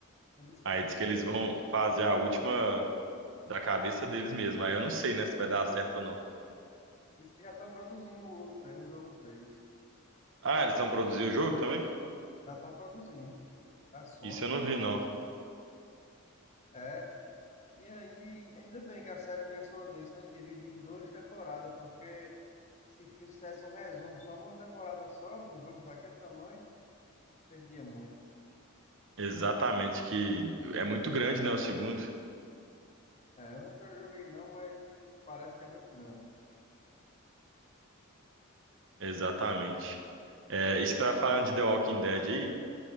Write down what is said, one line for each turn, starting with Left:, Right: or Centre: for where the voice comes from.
Left: Então, Diz que
Right: Aí
Left: já,
Right: diz que eles vão fazer a última da cabeça deles mesmo. Aí eu não sei, né, se vai dar certo ou não.
Left: diz que já estão produzindo o, tre- o jogo três
Right: Ah, eles vão produzir o jogo também?
Left: Já estão produzindo. A Sony.
Right: Isso eu não vi, não.
Left: É. E aí, ainda bem que a série pensou nisso, né? Em dividir em duas temporadas, porque se fizesse um resumo só numa temporada só, num jogo daquele tamanho, perdia muito.
Right: Exatamente, que é muito grande, né? O segundo.
Left: É, eu nunca joguei não, mas parece que é muito grande.
Right: Exatamente. É, e você tá falando de The Walking Dead aí?